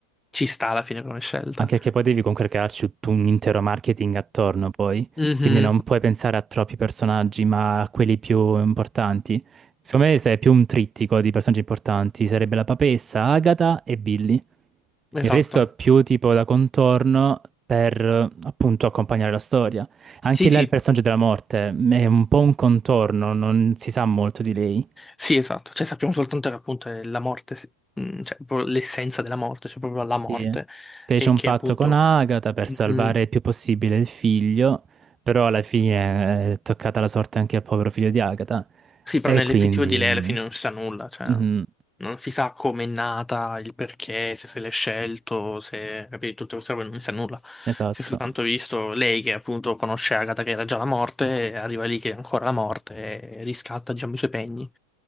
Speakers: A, in the centre; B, on the right.
A: ci sta alla fine come scelta.
B: Anche perché poi devi comunque crearci tutto un intero marketing attorno poi,
A: Mhm.
B: quindi non puoi pensare a troppi personaggi, ma a quelli più importanti. Secondo me se è più un trittico di personaggi importanti, sarebbe la papessa, Agatha e Billy. Il
A: Esatto.
B: resto è più tipo da contorno per eh, appunto accompagnare la storia. Anche
A: Sì, sì,
B: là il personaggio della morte è un po' un contorno, non si sa molto di lei.
A: sì, esatto. Cioè, sappiamo soltanto che appunto è la morte, sì. Mm, cioè proprio l'essenza della morte, cioè proprio la
B: Sì,
A: morte,
B: fece
A: e
B: un
A: che
B: patto
A: appunto
B: con Agatha per salvare
A: mm, mm,
B: il più possibile il figlio, però alla fine eh, è toccata la sorte anche al povero figlio di Agatha.
A: Sì,
B: E
A: però nell'effettivo
B: quindi...
A: di lei alla fine non si sa nulla, cioè
B: Mhm,
A: non si sa come è nata, il perché, se se l'è scelto, se capito, tutte queste robe non si sa nulla.
B: esatto,
A: Si è soltanto visto lei che appunto conosce Agatha che era già la morte, e arriva lì che è ancora la morte e riscatta, diciamo, i suoi pegni.